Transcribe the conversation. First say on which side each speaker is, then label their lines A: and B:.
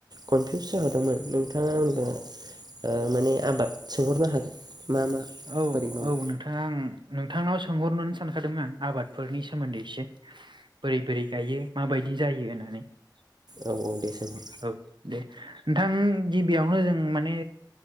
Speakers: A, on the right; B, on the right.
A: कनफिउस जाहोदोंमोन नोंथाङा आंबो
B: औ
A: ओ माने आबाद सोंहरनो हागोन मा मा
B: औ औ
A: बोरै मावो
B: नोंथाङा आं नों थांनाव सोंहरनोनो सानखादोंमोन आं आबादफोरनि सोमोन्दै एसे बोरै बोरै गायो माबायदि जायो होननानै <unintelligible>
A: औ औ दे सोंहर
B: औ दे नोंथां गिबियावनो जों माने